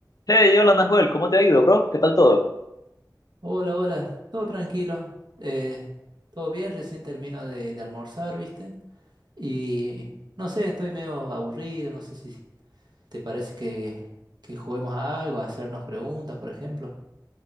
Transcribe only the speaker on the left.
Hey, hola Nahuel, ¿cómo te ha ido, bro? ¿Qué tal todo?